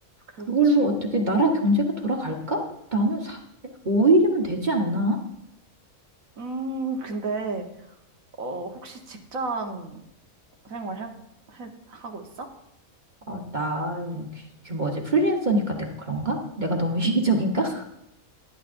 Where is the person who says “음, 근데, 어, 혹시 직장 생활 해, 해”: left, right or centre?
Right